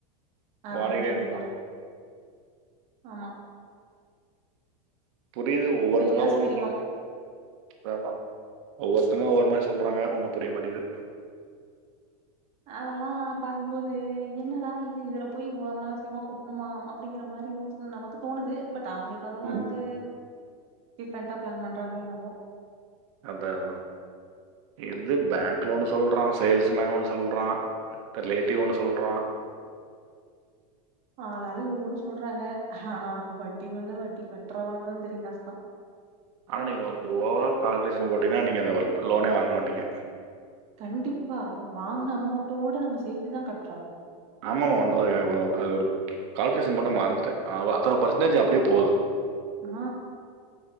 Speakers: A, on the right; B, on the right.
A: அப்டின்னு
B: வாடகையிலே
A: சொல்லியிருந்தாரு
B: இருந்துக்கலாம்
A: ஆமா
B: புரியுது ஒவ்வொருத்தங்க
A: இயர்ஸ்
B: ஒவ்வொன்னு
A: மினிமம்.
B: சொல்றாங்க அதாதா ஒவ்வொருத்தங்க ஒவ்வொரு மாரி சொல்றாங்க ஒன்னு புரிய மாட்டிது
A: அதெல்லா பாக்கும் போது என்னடா இது இதுல போய் அனாவசியமா கொட்டணுமா அப்டிங்கிற மாரி யோச நமக்கு தோணுது பட் அவங்களுக்கு அதெல்லா
B: ம்
A: அது டிஃப்ரெண்ட்டா பிளான் பண்றாங்களோ என்னவோ
B: அத்தா அதா இது பேங்க்ல ஒன்னு சொல்றா சேல்ஸ்மேன் ஒன்னு சொல்றா பெர் லேட்டிவ் ஒண்ணு சொல்றா
A: ஆளாளுக்கு ஒவ்வொன்னு சொல்றாங்க ஆனா வட்டி மேல வட்டி கட்டுறவங்கதா தெரியும் கஷ்டம்
B: ஆனா நீங்க ஓவரால் கால்குலேஷன் போட்டீங்கன்னா நீங்க அந்த லோனே வாங்க மாட்டீங்க
A: கண்டிப்பா வாங்ன அமவ்ண்டோட நம்ம சேத்துதா கட்றோ
B: ஆமாம்மா ஒன் ஒரு கால்குலேஷன் போட்டே மறந்துட்டே அவ அத்தனை பெர்சன்டேஜ் அப்டியே போகுது
A: ஆ